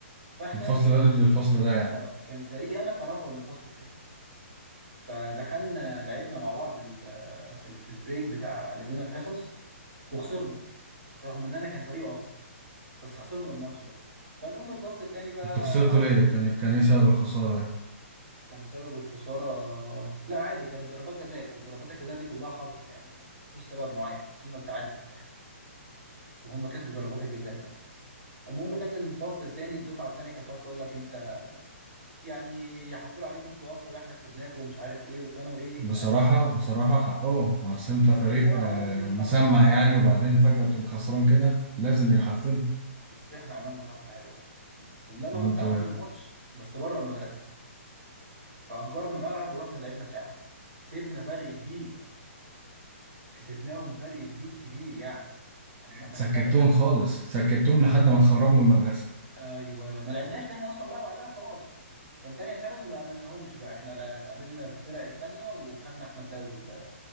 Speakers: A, on the right (about 60°); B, on the right (about 25°).
A: فاحنا
B: الفصل
A: كنت
B: ده
A: فريق
B: ضد الفصل ده يعني.
A: اه كان فريق انا كان اقوى من الفصل التاني فدخلنا لعبنا مع بعض ال- في ال- في البريك بتاع اللي بين الحصص وخسرنا رغم اننا كان فريق اقوى بس خسرنا الماتش ده فالمهم الفصل التاني بقى
B: انتوا خسرتوا
A: قعد
B: ليه
A: يقول
B: كان
A: لك
B: الكنيسة بالخسارة يعني
A: كان سبب الخسارة لا عادي كانت ضربات جزاء وضربات الجزاء دي كلها حظ يعني ما فيش سبب معين وصلنا لتعادل في الاخر وهم كسبوا ضربات الجزاء يعني المهم كان الفصل التاني الدفعة التانية كانت تقعد تقول لك انت يعني يحفلوا عليكم انتوا اقوى واحنا كسبناكم ومش عارف ايه وكانوا ايه
B: بصراحة
A: يعني
B: بصراحة حقهم اصل انت
A: بس
B: فريق
A: احنا بقى
B: آه،
A: عملنا فيهم
B: مسمع
A: حركة حلوة
B: يعني وبعدين فجأة تقوم خسران كده لازم يحفلوا
A: بس احنا عملنا حركة حلوة بقى. قلنا لهم
B: عملتوا
A: تعالوا
B: ايه
A: لنا ماتش بس بره المدرسه فأجرنا ملعب ورحنا لعبنا ساعه كسبنا فرق كبير كسبناهم فرق كبير كبير يعني كان مثلا
B: سكتتهم
A: فرق خمس
B: خالص
A: ست
B: سكتتهم لحد ما اتخرجوا من المدرسة
A: ايوه ما لعبناش تاني اصلا بقى بعدها خلاص كان تانية ثانوي ما قابلناهمش بقى احنا لا- قابلنا الفرق التانية وخدنا احنا الدوري ال-